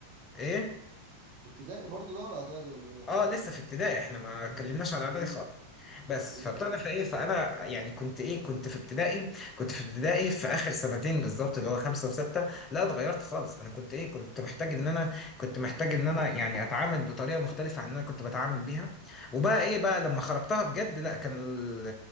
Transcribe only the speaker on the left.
ايه
اه لسه في ابتدائي احنا ما اتكلمناش عن اعدادي
خالص بس
فابتدى في ايه فانا يعني كنت ايه كنت في ابتدائي كنت في ابتدائي في اخر سنتين بالظبط اللي هو خمسه وسته لا اتغيرت خالص انا كنت ايه كنت محتاج ان انا كنت محتاج ان انا يعني اتعامل بطريقه مختلفه عن اللي انا كنت بتعامل بيها وبقى ايه بقى لما خربتها بجد لا كان ال-